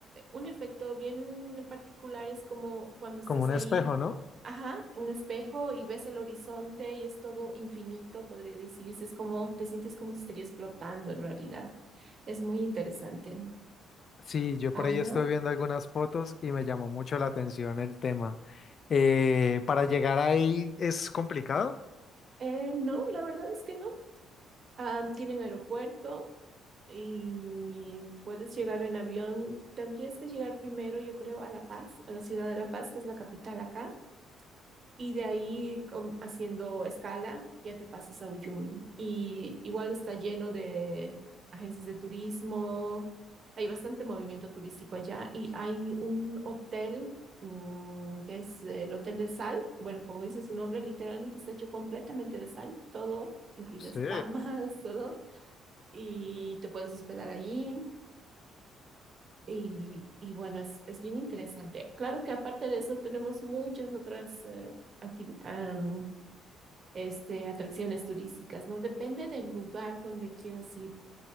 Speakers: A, on the right (about 45°); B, on the left (about 45°).
A: un efecto bien particular. Es como cuando estás
B: Como un
A: ahí,
B: espejo, ¿no?
A: ajá, un espejo y ves el horizonte y es todo infinito, podría decirse. Es como, te sientes como si estuvieras flotando en realidad. Es muy interesante.
B: Sí, yo por
A: Ajá.
B: ahí estoy viendo algunas fotos y me llamó mucho la atención el tema. Eh, ¿para llegar ahí es complicado?
A: Eh, no, la verdad es que no. Ah, tienen aeropuerto y puedes llegar en avión. Tendrías que llegar primero, yo creo, a La Paz, a la ciudad de La Paz, que es la capital acá. Y de ahí, com- haciendo escala, ya te pasas a Uyuni. Y igual está lleno de agencias de turismo. Hay bastante movimiento turístico allá. Y hay un hotel, mm, que es el Hotel de Sal. Bueno, como dice su nombre, literalmente está hecho completamente de sal. Todo, incluidas
B: Sí.
A: camas, <laughs> todo y te puedes hospedar allí. Y, y bueno, es, es bien interesante. Claro que aparte de eso tenemos muchas otras eh, acti- am, este, atracciones turísticas, ¿no? Depende del lugar donde quieras ir.